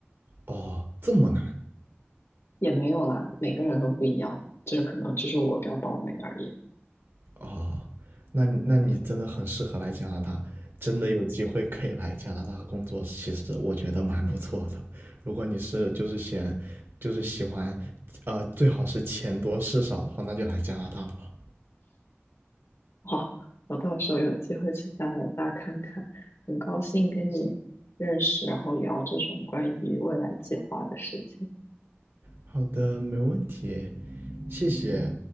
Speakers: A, on the right; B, on the left.
A: 哦，这么难
B: 也没有啦，每个人都不一样，就是可能就是我比较倒霉而已。
A: 哦，那你那你真的很适合来加拿大，真的有机会可以来加拿大工作，其实我觉得蛮不错的。如果你是就是嫌就是喜欢，呃，最好是钱多事少的话，那就来加拿大吧。
B: 哦，我到时候有机会去加拿大看看。很高兴跟你认识，然后聊这种关于未来计划的事情。
A: 好的，没问题，谢谢。